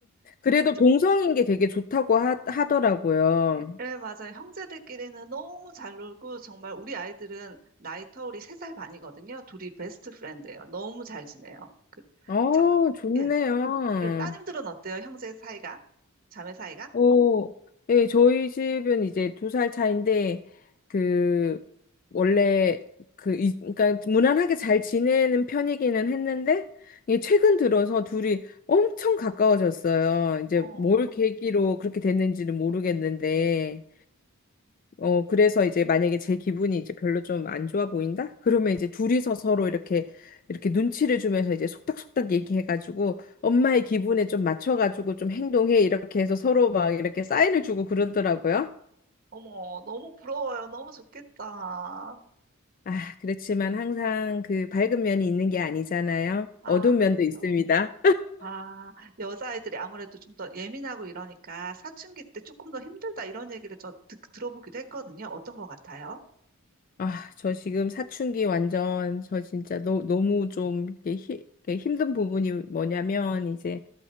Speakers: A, on the left; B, on the right.
A: 그래도
B: 저-
A: 동성인 게 되게 좋다고 하, 하더라고요.
B: 예, 예, 맞아요. 형제들끼리는 너무 잘 놀고, 정말 우리 아이들은 나이 터울이 3살 반이거든요. 둘이 베스트 프렌드예요. 너무 잘 지내요. 그,
A: 어,
B: 자,
A: 좋네요.
B: 예, 예. 따님들은 어때요? 형제 사이가? 자매 사이가?
A: 어, 예, 저희 집은 이제 두 살 차인데, 그, 원래, 그, 이, 그러니까 무난하게 잘 지내는 편이기는 했는데, 이게 최근 들어서 둘이 엄청 가까워졌어요. 이제
B: 어,
A: 뭘 계기로 그렇게 됐는지는 모르겠는데, 어, 그래서 이제 만약에 제 기분이 이제 별로 좀 안 좋아 보인다? 그러면 이제 둘이서 서로 이렇게, 이렇게 눈치를 주면서 이제 속닥속닥 얘기해가지고 엄마의 기분에 좀 맞춰가지고 좀 행동해. 이렇게 해서 서로 막 이렇게 사인을 주고 그러더라고요.
B: 어머, 너무 부러워요. 너무 좋겠다.
A: 아, 그렇지만 항상 그 밝은 면이 있는 게 아니잖아요.
B: 아,
A: 어두운
B: 그렇죠.
A: 면도 있습니다.
B: 아, 여자아이들이 아무래도 좀 더 예민하고 이러니까 사춘기 때 조금 더 힘들다 이런 얘기를 저 듣, 들어보기도 했거든요. 어떤 것 같아요?
A: 아, 저 지금 사춘기 완전, 저 진짜 너, 너무 좀 이렇게 히, 이렇게 힘든 부분이 뭐냐면, 이제